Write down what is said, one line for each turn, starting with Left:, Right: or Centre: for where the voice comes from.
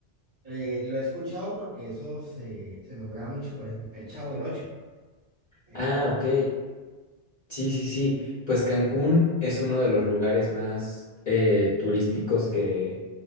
Right: Eh, lo he escuchado porque eso se, se nombraba mucho, por ejemplo, el Chavo del Ocho, ejemplo.
Left: Ah, ok. Sí, sí, sí. Pues Cancún es uno de los lugares más eh, turísticos que